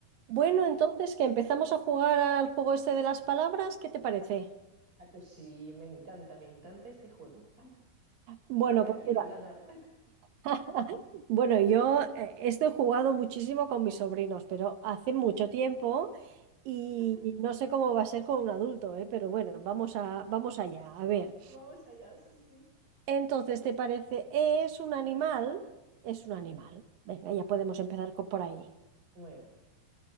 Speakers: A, on the right (about 70°); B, on the right (about 25°).
A: Bueno, entonces que empezamos a jugar al juego este de las palabras, ¿qué te parece?
B: Ah, pues sí, me encanta, me encanta este juego. Ah,
A: Bueno,
B: Ya
A: pues
B: quiero
A: mira,
B: ganar.
A: <laughs> bueno, yo eh, esto he jugado muchísimo con mis sobrinos, pero hace mucho tiempo y
B: <laughs>
A: no sé cómo va a ser con un adulto, ¿eh? Pero bueno, vamos a, vamos allá, a ver.
B: Vamos allá, sí, sí.
A: Entonces, ¿te parece? ¿Es un animal? Es un animal. Venga, ya podemos empezar co- por ahí.
B: Muy bien.